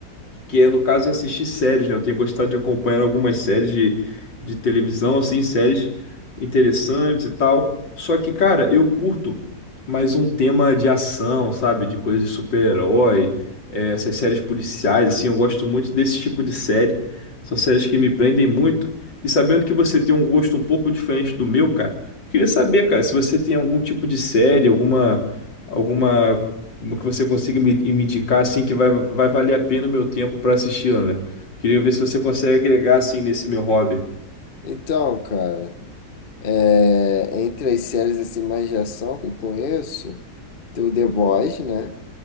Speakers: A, on the left; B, on the left.
A: que é no caso é assistir séries, né? Eu tenho gostado de acompanhar algumas séries de, de televisão, assim, séries interessantes e tal. Só que, cara, eu curto mais um tema de ação, sabe? De coisa de super-herói, é, essas séries policiais, assim, eu gosto muito desse tipo de série. São séries que me prendem muito. E sabendo que você tem um gosto um pouco diferente do meu, cara, eu queria saber, cara, se você tem algum tipo de série, alguma. Alguma uma que você consiga me, me indicar assim que vai, vai valer a pena o meu tempo para assisti-la, né? Queria ver se você consegue agregar assim nesse meu hobby.
B: Então, cara, é, entre as séries assim, mais de ação que eu conheço, tem o The Boys, né?